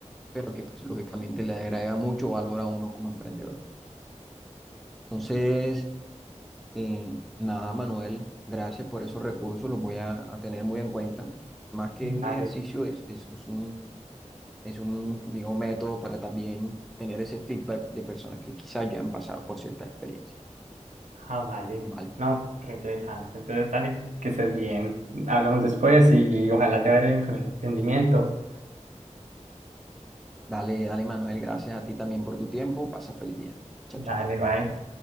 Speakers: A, in the centre; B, on the right (about 80°).
A: pero que pues lógicamente le agrega mucho valor a uno como emprendedor. Entonces, eh, nada, Manuel, gracias por esos recursos, los voy a, a tener muy en cuenta. Más que
B: Dale,
A: un ejercicio,
B: listo.
A: es, es es un es un, digo, método para también tener ese feedback de personas que quizás ya han pasado por ciertas experiencias,
B: Ah, vale.
A: ¿vale?
B: No, re interesante. Entonces, dale, que estés bien. Hablamos después y ojalá te vaya bien con el emprendimiento.
A: Dale, dale, Manuel, gracias a ti también por tu tiempo. Pasa feliz día. Chao,
B: Dale,
A: chao.
B: bye.